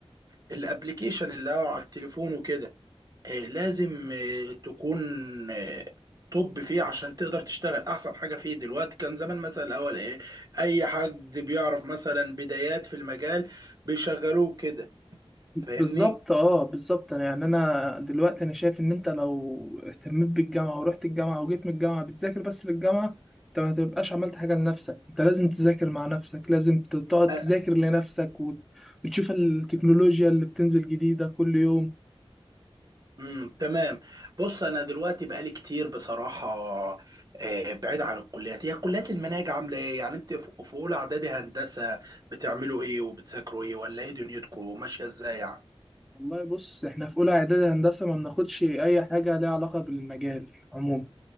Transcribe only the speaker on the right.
الابليكيشن اللي هو على التليفون وكده آه، لازم آه، تكون آه، توب فيه عشان تقدر تشتغل احسن حاجه فيه دلوقتي كان زمان مثلا الاول ايه اي حد بيعرف مثلا بدايات في المجال بيشغلوه كده فاهمني
أه
امم تمام بص انا دلوقتي بقالي كتير بصراحه آه، بعيد عن الكليات هي كليات المناهج عامله ايه يعني انت في في اولى اعدادي هندسه بتعملوا ايه وبتذاكروا ايه ولا ايه دنيتكم ماشيه ازاي يعني